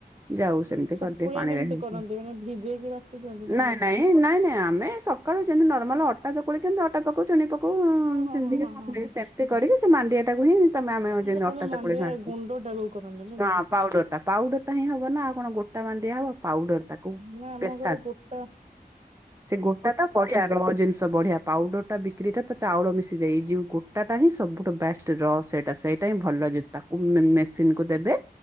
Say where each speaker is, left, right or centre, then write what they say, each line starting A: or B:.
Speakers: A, on the right (about 15°); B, on the right (about 40°).
A: ଯାଉ ସେମିତି
B: ଚକୁଳି
A: କରିଦିଏ ପାଣିରେ
B: କେମିତି
A: ହେମତି।
B: କରନ୍ତି ମାନେ ଭିଜେଇକି ବାଟି ଦିଅନ୍ତି ନା
A: ନାଇଁ
B: କଣ?
A: ନାଇଁ ନାଇଁ ନାଇଁ ଆମ୍ ନାଇଁ, ସକାଳୁ ଯେମିତି ନ ନରମାଲ୍ ଅଟା ଚକୁଳି କେମିତି ଅଟା ପକଉ, ଚିନି ପକଉ,
B: ହଁ ହଁ
A: ସିନ୍ତିକି
B: ହଁ ହଁ
A: <unintelligible>
B: ହଁ ହଁ
A: ସେମିତି କରିକି ସେ ମାଣ୍ଡିଆ ଟାକୁ ହିଁ ତେମେ ଆମେ ଯେନ୍
B: ଆପଣ
A: ଅଟା ଚକୁଳି
B: ମାଣ୍ଡିଆ
A: ଖାଆନ୍ତି।
B: ଗୁଣ୍ଡ ଟାକୁ କରନ୍ତି ନା
A: ହଁ
B: କି?
A: ପାଉଡର ଟା! ପାଉଡର ଟା ହିଁ ହବ ନା, ଆଉ କଣ ଗୋଟ୍ ଟା ମାଣ୍ଡିଆ ହବ। ପାଉଡର ତାକୁ
B: ନା ଆମ
A: ପେସା
B: ଘରେ ଗୋଟା
A: ସେ ଗୋଟା ତ ପଢିଆ <unintelligible> ଜିନିଷ ବଢିଆ ପାଉଡର ଟା ବିକ୍ରିଟା ତ ଚାଉଳ ମିଶିଯାଏ। ଏଇ ଯଉ ଗୋଟା ହିଁ, ସବୁଠୁ ବେଷ୍ଟ ରଅ ସେଇଟା ସେଇଟା ହିଁ ଭଲ, ଜ ତାକୁ ମେସିନ କୁ ଦେବେ,